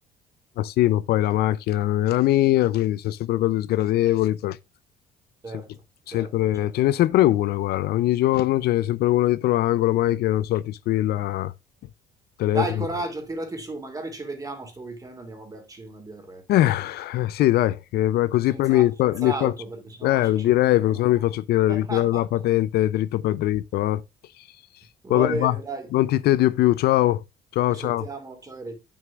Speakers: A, on the left; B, on the right.
A: Ma sì, ma poi la macchina non è la mia, quindi sono sempre cose sgradevoli. per-
B: Certo,
A: sempre- sempre-
B: certo, certo.
A: ce n'è sempre una, guarda, ogni giorno ce n'è sempre una dietro l'angolo, mai che non so, ti squilla il telefono.
B: Dai, coraggio, tirati su, magari ci vediamo sto weekend, andiamo a berci una birretta
A: Eh,
B: così.
A: eh, sì, dai, eh, beh, così
B: Senza,
A: poi mi, fa-
B: senza
A: mi
B: auto,
A: faccio,
B: perché sennò
A: eh,
B: se ci
A: direi,
B: fermano.
A: perché sennò mi faccio tirare,
B: <laughs>
A: ritirare la patente dritto per dritto. eh.
B: Va
A: Vabbè,
B: bene,
A: va,
B: dai,
A: non ti tedio più, ciao, ciao,
B: ci sentiamo.
A: ciao.
B: Ciao Eric.